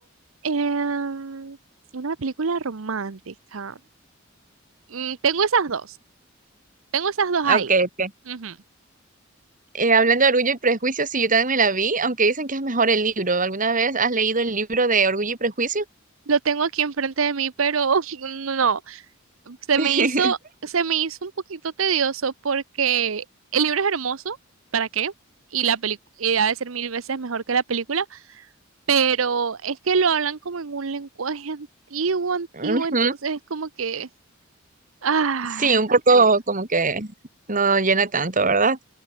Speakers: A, on the right; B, on the right.
A: em, una película romántica. Mm, tengo esas dos, tengo esas dos
B: ok,
A: ahí.
B: ok.
A: Ujú.
B: Eh, hablando de Orgullo y Prejuicio, sí, yo también me la vi, aunque dicen que es mejor el libro. ¿Alguna vez has leído el libro de Orgullo y Prejuicio?
A: Lo tengo aquí enfrente de mí, pero <laughs> no, se
B: <laughs>
A: me hizo, se me hizo un poquito tedioso porque el libro es hermoso, ¿para qué? Y la película ha de ser mil veces mejor que la película, pero es que lo hablan como en un lenguaje <laughs> antiguo, antiguo,
B: Ujú.
A: entonces es como que, ah,
B: Sí, un poco
A: chut.
B: como que no llena tanto, ¿verdad?